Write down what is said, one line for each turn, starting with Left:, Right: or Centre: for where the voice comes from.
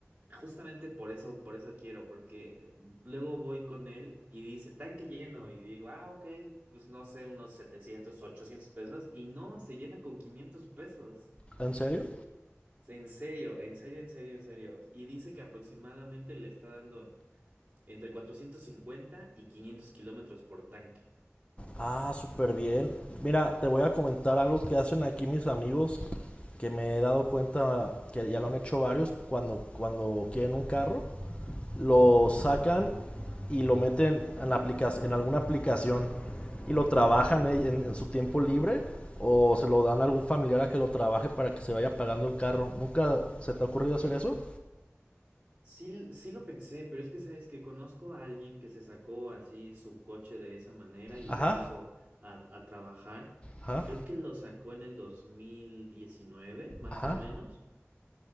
Right: Justamente por eso, por eso quiero, porque luego voy con él y dice tanque lleno y digo, ah, ok, pues no sé, unos 700, 800 pesos y no, se llena con 500 pesos.
Left: ¿En serio?
Right: En serio, en serio, en serio, en serio. Y dice que aproximadamente le está dando entre 450 y 500 kilómetros por tanque.
Left: Ah, súper bien. Mira, te voy a comentar algo que hacen aquí mis amigos, que me he dado cuenta que ya lo han hecho varios, cuando, cuando quieren un carro, lo sacan y lo meten en, la aplica- en alguna aplicación y lo trabajan eh, en, en su tiempo libre o se lo dan a algún familiar a que lo trabaje para que se vaya pagando el carro. ¿Nunca se te ha ocurrido hacer eso?
Right: Sí, sí lo pensé, pero es que sabes que conozco a alguien que se sacó así su coche de esa manera y lo
Left: Ajá,
Right: puso a, a trabajar.
Left: ajá,
Right: Creo que lo sacó en el 2019, más
Left: ajá.
Right: o menos,